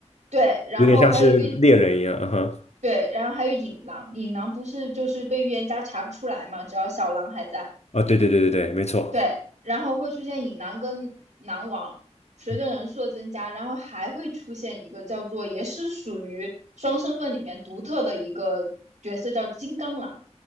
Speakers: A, on the right; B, on the left.
A: 对，然后还有一个
B: 有点像是猎人一样。嗯哼，
A: 对，然后还有隐狼，隐狼不是就是被预言家查不出来嘛，只要小狼还在，
B: 哦，对对对对对，没错。
A: 对，然后会出现隐狼跟狼王，随着人数的增加，
B: 嗯
A: 然后还会出现一个叫做也是属于双身份里面独特的一个角色叫金刚狼，